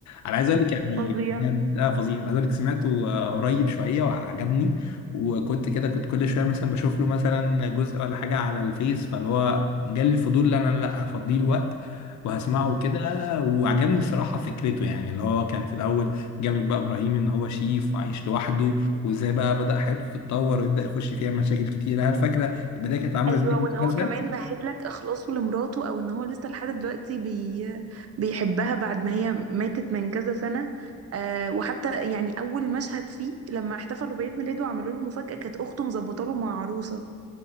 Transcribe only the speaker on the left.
انا عايز اقول لك يعني
بجد لا فظيع انا عايز اقول لك سمعته آه، قريب شويه وعجبني وكنت كده كنت كل شويه مثلا بشوف له مثلا جزء ولا حاجه على الفيس فاللي هو جالي الفضول لا انا لا هفضيه الوقت وهسمعه كده وعجبني الصراحة فكرته يعني اللي هو كان في الأول جاب لك بقى إبراهيم إن هو شيف وعايش لوحده وإزاي بقى بدأ حياته تتطور ويبدأ يخش فيها مشاكل كتيرة هل فاكرة البداية كانت عاملة
إزاي في
المسلسل؟